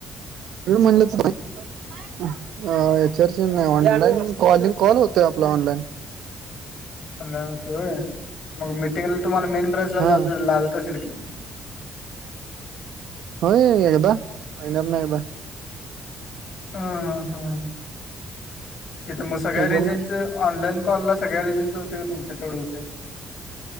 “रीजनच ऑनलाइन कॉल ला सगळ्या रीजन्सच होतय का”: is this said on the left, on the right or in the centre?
Left